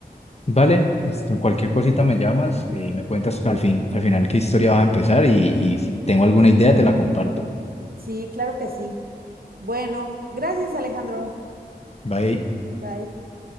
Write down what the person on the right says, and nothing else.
Sí, claro que sí. Bueno, gracias, Alejandro.
Bye.